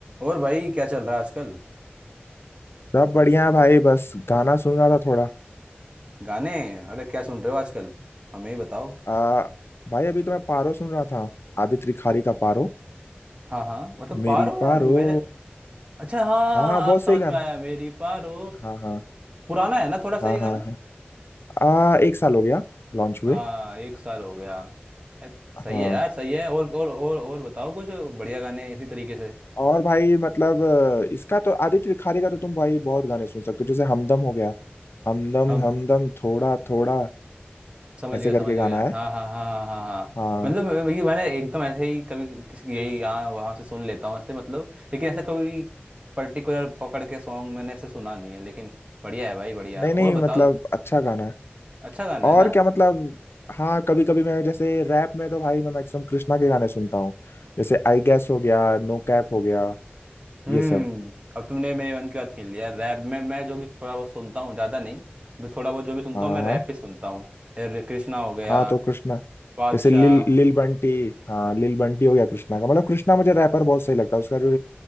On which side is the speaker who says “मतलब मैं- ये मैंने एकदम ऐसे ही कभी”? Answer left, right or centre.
Right